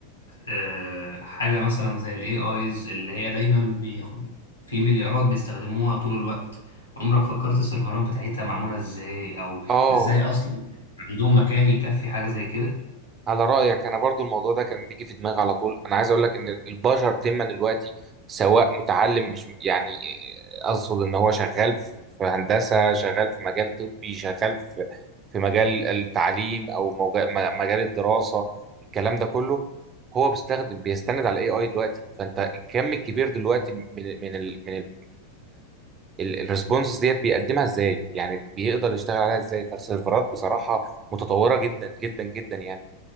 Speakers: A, on the left; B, on the right.
A: آه، حاجة مثلا زي ال AIs اللي هي دايما بيخ- في مليارات بيستخدموها طول الوقت عمرك فكرت السيرفرات بتاعتها معمولة ازاي أو
B: اه
A: ازاي أصلا عندهم مكان يكفي حاجة زي كده
B: على رأيك أنا برضو الموضوع ده كان بيجي في دماغي على طول أنا عايز أقول لك إن البشر تما دلوقتي سواء متعلم مش يعني أقصد إن هو شغال في في هندسة شغال في مجال طبي شغال في في مجال التعليم أو موجا- م- مجال الدراسة الكلام ده كله هو بيستخدم بيستند على الاي اي دلوقتي فانت الكم الكبير دلوقتي من من ال من ال من الريسبونسز ديت بيقدمها ازاي يعني بيقدر يشتغل عليها ازاي فالسيرفرات بصراحة متطورة جدا جدا جدا يعني